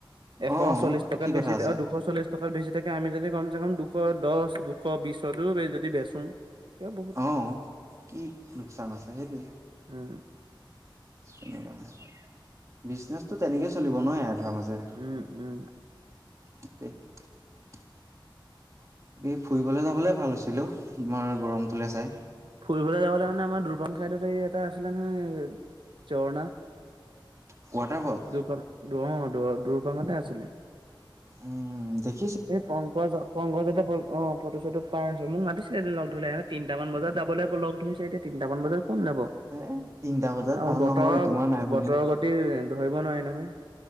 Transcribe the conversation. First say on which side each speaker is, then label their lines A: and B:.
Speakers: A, on the right (about 65°); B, on the right (about 35°).
A: এশ
B: অ
A: চল্লিশ টকাত
B: কি
A: বেছি
B: কথা আছে
A: দুশ চল্লিছ টকাত বেছি আমি যদি কমচে কম দুশ দছ দুশ বিছতো যদি বেচো তেতিয়া বহুত
B: অ', কি লোকচান আছে সেইটোৱে।
A: উম।
B: এনেকুৱাই, বিজনেচটো তেনেকেই চলিব ন ইয়াত। মাজে
A: উম উম
B: <unintelligible> এ ফুৰিবলে যাবলে ভাল হৈছিলে অ' তোমাৰ গৰমটোলে চাই।
A: ফুৰিবলৈ যাবলৈ মানে আমাৰ দুৰবাং চাইডত এই এটা আছিলে নহয় ঝৰ্ণা।
B: ৱাটাৰফল।
A: দুৰপাং অ' দ দূৰ দুৰপাঙতে আছিলে।
B: উম দেখ
A: এই পংকজ পংকজহঁতে অ' ফটো চটো পাই আছো মোক মাতিছে এ ইহঁতে লগ ধৰিলে তিনিটা মান বজাত যাবলৈ আকৌ লগ ধৰিছে এতিয়া তিনিটা মান বজাত কোন যাব
B: এ তিনটা বজাত
A: আৰু
B: ভাল
A: বতৰৰ-বতৰৰ
B: নহয় তোমাৰ নাই বুলি
A: গতি ধৰিব নোৱাৰি ন হয়।